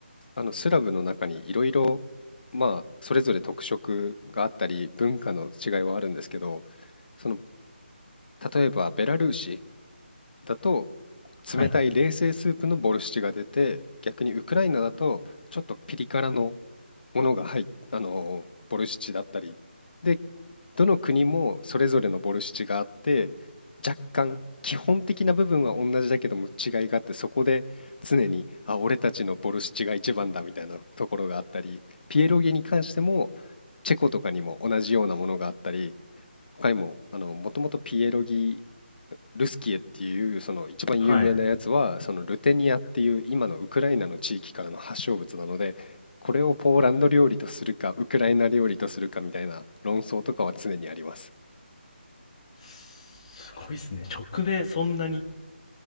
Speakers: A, on the left (about 55°); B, on the left (about 30°).
A: あのスラブの中にいろいろ、まあ、それぞれ特色があったり、文化の違いはあるんですけど、その、例えばベラルーシだと、
B: はい、
A: 冷たい冷製スープのボルシチが出て、逆にウクライナだと、ちょっとピリ辛のものが入っあのボルシチだったりでどの国もそれぞれのボルシチがあって若干基本的な部分は同じだけども違いがあってそこで常にあ俺たちのボルシチが一番だみたいなところがあったりピエロギに関してもチェコとかにも同じようなものがあったり他にも、あの、もともとピエロギ、ルスキエっていうその一番有名なやつは、
B: はい。
A: そのルテニアっていう今のウクライナの地域からの発祥物なので、これをポーランド料理とするか、ウクライナ料理とするかみたいな論争とかは常にあります。
B: すごいっすね。直でそんなに